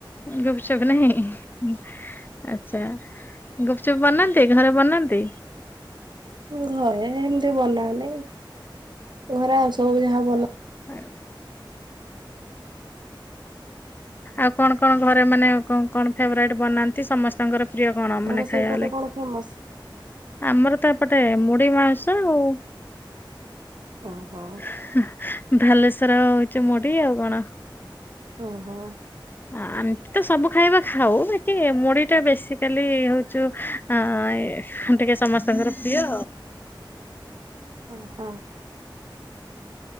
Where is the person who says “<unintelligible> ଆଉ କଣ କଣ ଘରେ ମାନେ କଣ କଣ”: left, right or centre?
Left